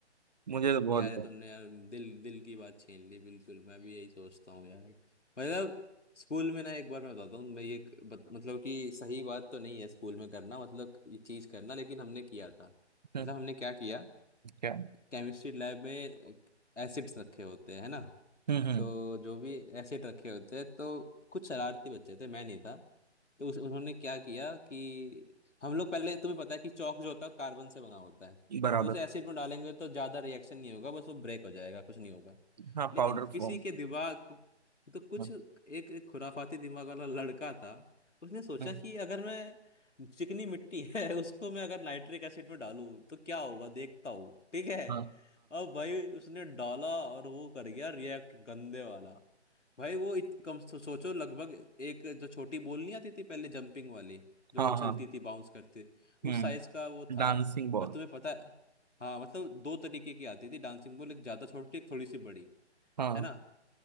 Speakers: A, on the right; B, on the left.
A: मुझे तो बहुत
B: यार ये तुमने यार दिल दिल की बात छीन ली बिल्कुल मैं भी यही सोचता हूँ यार मतलब स्कूल में ना एक बार मैं बताता हूँ मैं ये एक बत, मतलब कि सही बात तो नहीं है स्कूल में करना मतलब ये चीज करना लेकिन हमने किया था
A: हम्म,
B: मतलब हमने क्या किया
A: क्या
B: केमिस्ट्री लैब में एसिड्स रखे होते हैं है ना
A: हम्म हम्म
B: तो जो भी एसिड रखे होते हैं तो कुछ शरारती बच्चे थे मैं नहीं था तो उस उन्होंने क्या किया कि हम लोग पहले तुम्हें पता है कि चौक जो होता है कार्बन से बना होता है
A: बराबर
B: तो उसे एसिड में डालेंगे तो ज़्यादा रिएक्शन नहीं होगा बस वो ब्रेक हो जाएगा कुछ नहीं होगा
A: हाँ
B: लेकिन
A: पाउडर
B: किसी
A: फॉर्म
B: के दिमाग को तो कुछ
A: हाँ
B: एक एक खुराफाती दिमाग वाला लड़का था उसने सोचा
A: हाँ
B: कि अगर मैं चिकनी मिट्टी है <laughs> उसको मैं अगर नाइट्रिक एसिड में डालूं तो क्या होगा देखता हूँ ठीक है
A: हाँ
B: अब भाई उसने डाला और वो कर गया रिएक्ट गंदे वाला भाई वो इत, कम सो, सोचो लगभग एक जो छोटी बॉल नहीं आती थी पहले जंपिंग वाली जो
A: हाँ
B: उछलती
A: हाँ
B: थी बाउंस करते उस
A: हम्म
B: साइज का वो था
A: Dancing ball
B: और तुम्हें पता है हाँ मतलब दो तरीके की आती थी डांसिंग बॉल एक ज्यादा छोटी एक थोड़ी सी बड़ी
A: हाँ
B: है ना